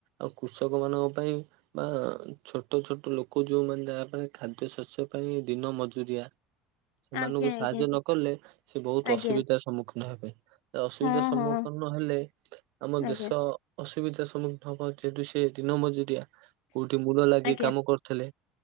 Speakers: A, on the right; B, on the left.
A: ଆଉ କୃଷକ ମାନଙ୍କ ପାଇଁ ବା ଛୋଟ, ଛୋଟ ଲୋକ ଯୋଉ ମାନେ ଯାହା ପାଇଁ ଖାଦ୍ୟ ଶସ୍ୟ ପାଇଁ ଦିନ ମଜୁରିଆ ସେମାନଙ୍କୁ
B: ଆଜ୍ଞା
A: ସାହାଯ୍ୟ
B: ଆଜ୍ଞା
A: ନକଲେ, ସେ ବହୁତ
B: ଆଜ୍ଞା
A: ଅସୁବିଧାର ସମ୍ମୁଖୀନ ହେବେ। ଅସୁବିଧା
B: ହଁ
A: ସମ୍ମୁଖୀନ
B: ହଁ
A: ହେଲେ ଆମ
B: ଆଜ୍ଞା
A: ଦେଶ। ଅସୁବିଧା ସମ୍ମୁଖୀନ ହବ। ଯେହେତୁ ସେ ଦିନ ମଜୁରିଆ। କୋଉଠି ମୁଲ ଲାଗି
B: ଆଜ୍ଞା
A: କାମ କରୁଥିଲେ,